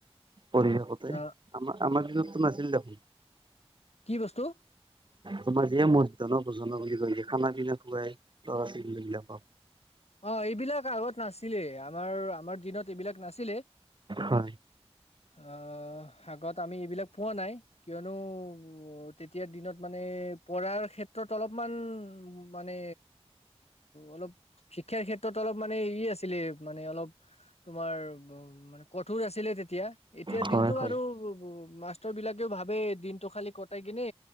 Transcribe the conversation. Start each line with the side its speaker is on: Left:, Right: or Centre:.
Right: পৰিঢশষতে
Left: অ
Right: আমাৰ আমাৰ দিনততো নাছিল দেখোন।
Left: কি বস্তু?
Right: তোমাৰ যেিয়ে মধ জন পোজন বুলি কৈছে খানা পিনা খুৱাই ল'ৰা ছোৱালীী বিলাকক।
Left: অ এইবিলাক আগত নাছিলে আমাৰ আমাৰ দিনত এইবিলাক নাছিলে,
Right: হয়
Left: অ আগত আমি এইবিলাক পোৱা নাই কিয়নো তেতিয়া। দিনত মানে পঢ়াৰ ক্ষেত্ৰত অলপমান মানে অলপ। শিক্ষাৰ ক্ষেত্ৰত অলপ মানে ই আছিলে মানে অলপ তোমাৰ উ মানে কঠোৰ আছিলে। তেতিয়া এতিয়া
Right: হয়
Left: দিনতটো
Right: হয়
Left: আৰু মাষ্টৰ বিলাকেও ভাবে দিনটো খালি কটাই কিনে